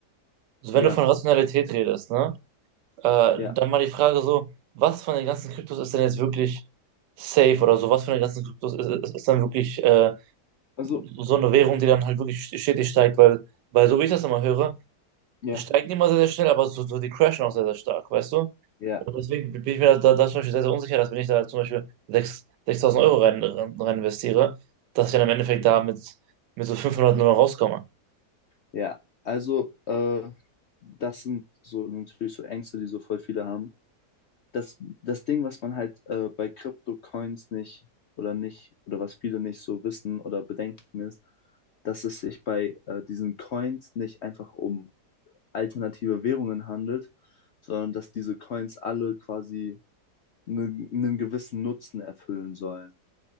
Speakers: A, on the right; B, on the left.
A: so wenn
B: ja,
A: du von Rationalität redest, ne, äh,
B: ja.
A: dann mal die Frage so, was von den ganzen Kryptos ist denn jetzt wirklich safe oder so, was von den ganzen Kryptos ist, ist, ist dann wirklich äh,
B: Also,
A: so eine Währung, die dann halt wirklich stetig steigt, weil, weil so wie ich das immer höre,
B: ja,
A: es steigen die immer sehr, sehr schnell, aber so, so die crashen auch sehr, sehr stark, weißt du?
B: ja.
A: Und deswegen bin ich mir da, da, zum Beispiel sehr, sehr unsicher, dass wenn ich da zum Beispiel sechs 6.000 Euro rein, rein rein investiere, dass ich dann im Endeffekt da mit, mit so 500 nur noch rauskomme.
B: Ja, also äh, das sind so natürlich so Ängste, die so voll viele haben. Das, das Ding, was man halt äh, bei Crypto-Coins nicht oder nicht oder was viele nicht so wissen oder bedenken ist, dass es sich bei äh, diesen Coins nicht einfach um alternative Währungen handelt, sondern dass diese Coins alle quasi einen, einen gewissen Nutzen erfüllen sollen.